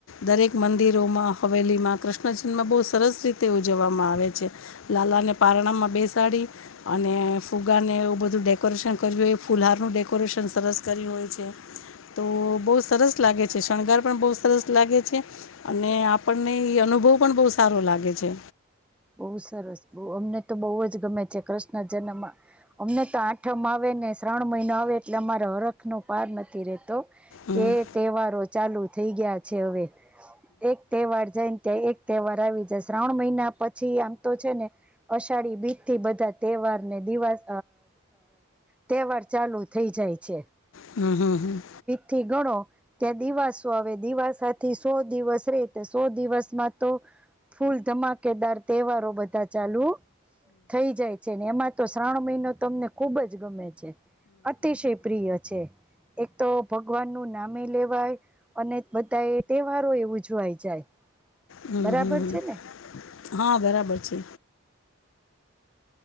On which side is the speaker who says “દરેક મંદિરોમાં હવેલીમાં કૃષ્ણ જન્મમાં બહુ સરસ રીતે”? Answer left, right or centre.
Left